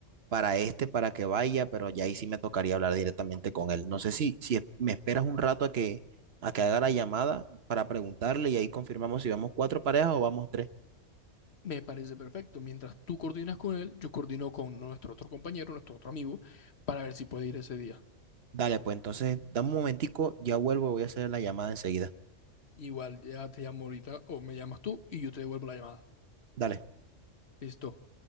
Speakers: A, on the right; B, on the left.
A: para este, para que vaya, pero ya ahí sí me tocaría hablar directamente con él. No sé si, si es- me esperas un rato a que, a que haga la llamada para preguntarle y ahí confirmamos si vamos cuatro parejas o vamos tres.
B: Me parece perfecto. Mientras tú coordinas con él, yo coordino con nuestro otro compañero, nuestro otro amigo, para ver si puede ir ese día.
A: Dale, pues entonces dame un momentico, ya vuelvo, voy a hacer la llamada enseguida.
B: Igual ya te llamo ahorita o me llamas tú y yo te devuelvo la llamada.
A: Dale.
B: Listo.